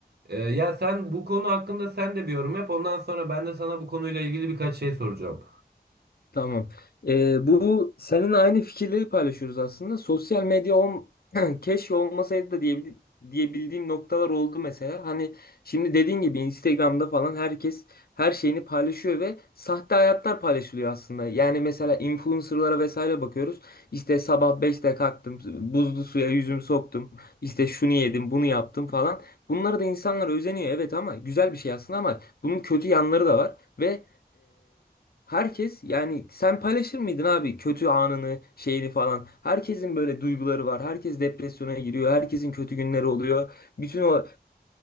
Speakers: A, on the right; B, on the left.
A: E, ya sen bu konu hakkında sen de bir yorum yap. Ondan sonra ben de sana bu konuyla ilgili birkaç şey soracağım.
B: Tamam. Ee, bu senin aynı fikirleri paylaşıyoruz aslında. Sosyal medya on, <clears throat> keşke olmasaydı da diyebil- diyebildiğim noktalar oldu mesela. Hani şimdi dediğin gibi Instagram'da falan herkes her şeyini paylaşıyor ve sahte hayatlar paylaşılıyor aslında. Yani mesela influencerlara vesaire bakıyoruz. İşte sabah beşte kalktım, buzlu suya yüzümü soktum. işte şunu yedim, bunu yaptım falan. Bunlara da insanlar özeniyor evet ama güzel bir şey aslında ama bunun kötü yanları da var ve Herkes yani sen paylaşır mıydın abi kötü anını şeyini falan. Herkesin böyle duyguları var. Herkes depresyona giriyor. Herkesin kötü günleri oluyor. Bütün o